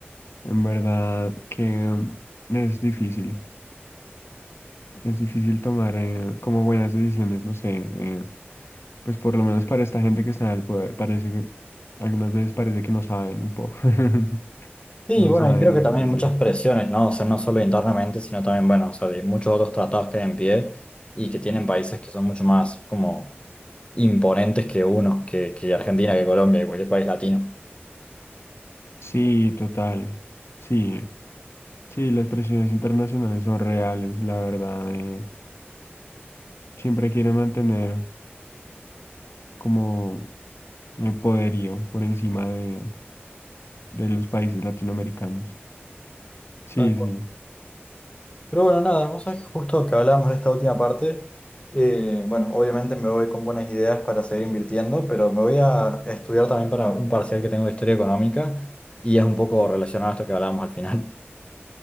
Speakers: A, on the left; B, on the left.
A: En verdad que mm, es difícil. Es difícil tomar eh, como buenas decisiones, no sé. eh, Pues por lo menos para esta gente que está en el poder, parece que algunas veces parece que no saben un poco, <laughs>
B: Sí,
A: no
B: bueno,
A: saben
B: y creo
A: muy
B: que también
A: bien.
B: hay muchas presiones, ¿no? O sea, no solo internamente, sino también, bueno, o sea, de muchos otros tratados que hay en pie y que tienen países que son mucho más como imponentes que uno, que, que Argentina, que Colombia, que cualquier país latino.
A: Sí, total. Sí, sí, las presiones internacionales son reales, la verdad. eh, siempre quieren mantener como el poderío por encima de, de los países latinoamericanos. Sí,
B: Tal cual.
A: sí.
B: Pero bueno, nada, vos sabés
A: sí.
B: que justo que hablábamos de esta última parte, eh, bueno, obviamente me voy con buenas ideas para seguir invirtiendo, pero me voy a estudiar también para un parcial que tengo de historia económica y es un poco relacionado a esto que hablábamos al final.